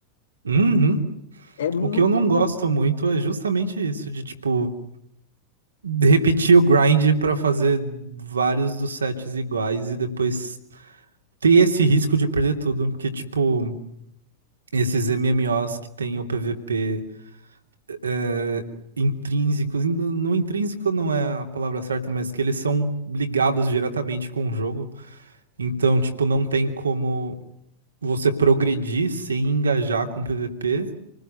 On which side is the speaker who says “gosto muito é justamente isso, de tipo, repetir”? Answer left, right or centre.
Right